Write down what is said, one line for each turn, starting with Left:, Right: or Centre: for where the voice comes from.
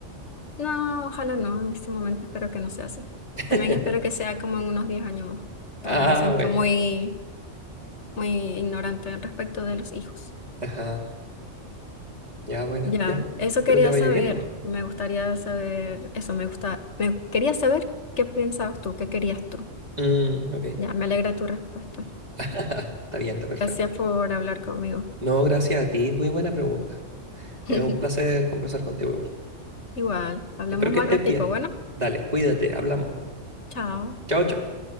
Left: No, ojalá no, en este momento espero que no sea así.
Right: <laughs>
Left: También espero que sea como en unos 10 años más.
Right: Ah,
Left: Ahora me siento
Right: bueno,
Left: muy, muy ignorante al respecto de los hijos.
Right: ajá, ya, bueno,
Left: Ya,
Right: ya.
Left: eso
Right: Espero
Left: quería
Right: te vaya
Left: saber,
Right: bien nomás. pues.
Left: me gustaría saber, eso me gusta, me quería saber qué pensabas tú, qué querías tú.
Right: Mm, ok,
Left: Ya, me alegra tu respuesta.
Right: <laughs> está bien, está perfecto.
Left: Gracias por hablar conmigo.
Right: No, gracias a ti, muy buena pregunta.
Left: <laughs>
Right: Es un placer conversar contigo igual.
Left: Igual, hablamos
Right: Espero que
Left: más
Right: estés
Left: ratico.
Right: bien.
Left: Bueno,
Right: Dale, cuídate, hablamos.
Left: chao.
Right: Chao, chao.